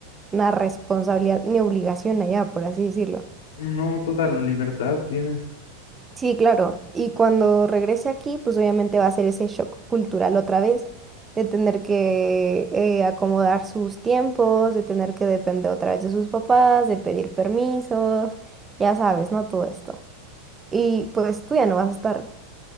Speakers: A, on the right (about 15°); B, on the left (about 80°).
A: responsabilidad ni obligación allá, por así decirlo.
B: No toda la libertad tiene.
A: Sí, claro. Y cuando regrese aquí, pues obviamente va a ser ese shock cultural otra vez, de tener que eh, acomodar sus tiempos, de tener que depender otra vez de sus papás, de pedir permisos, ya sabes, ¿no? Todo esto. Y pues tú ya no vas a estar